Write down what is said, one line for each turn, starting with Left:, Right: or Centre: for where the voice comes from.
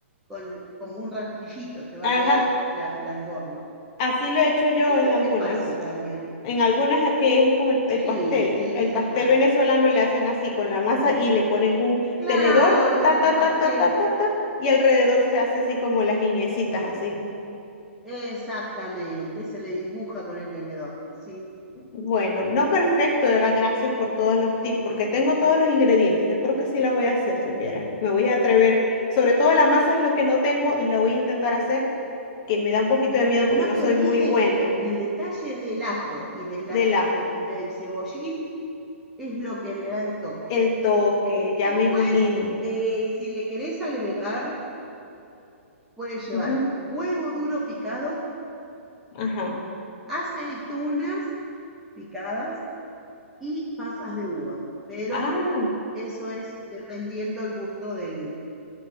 Centre: con, como un rastrillito, te va
Left: Ajá,
Centre: a quedar la, la forma.
Left: así lo he hecho yo
Centre: Y esa
Left: en algunas.
Centre: es fácil también.
Left: En algunas que es como el,
Centre: Sí,
Left: el pastel.
Centre: sí,
Left: El
Centre: esa
Left: pastel
Centre: es fácil.
Left: venezolano le hacen así con la masa y le ponen un
Centre: Claro,
Left: tenedor, ta,
Centre: el
Left: ta,
Centre: pastel,
Left: ta, ta, ta, ta, ta, y alrededor se hace así como las lineecitas así.
Centre: exactamente, se le dibuja con el tenedor, sí,
Left: Bueno, no perfecto, de verdad, gracias por todos los tips, porque tengo todos los ingredientes. Yo creo que sí la voy a hacer, supiera. Me voy a atrever. Sobre todo la masa
Centre: sí.
Left: es lo que no tengo, la voy a intentar hacer, que me da un poquito de miedo
Centre: Pero
Left: porque
Centre: no
Left: no
Centre: te
Left: soy
Centre: olvides
Left: muy buena
Centre: el detalle del ajo y de la,
Left: del ajo.
Centre: ce- del cebollín es lo que le da el toque.
Left: El toque, ya
Centre: Después,
Left: me imagino.
Centre: eh, si le querés agregar, puedes llevar
Left: Ujú,
Centre: huevo duro picado,
Left: Ajá.
Centre: aceitunas picadas y pasas de uva, pero
Left: Ah,
Centre: eso es dependiendo el gusto del